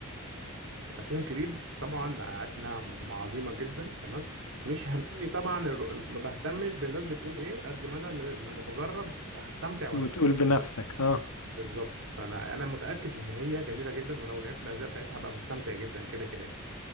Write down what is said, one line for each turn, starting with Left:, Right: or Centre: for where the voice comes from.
Right: اساسن كريد طبعا أنا عارف انها م- عظيمه جدا تمام مش هممني طبعا الر- ما بهتمش بالناس بتقول ايه قد ما انا ل- لما بجرب هستمتع ولا
Left: وتقول
Right: لا
Left: بنفسك اه
Right: بالظبط فانا انا متاكد ان هي جميله جدا ولو لعبت الاجزاء بتاعتها هبقى مستمتع جدا كده كده يعني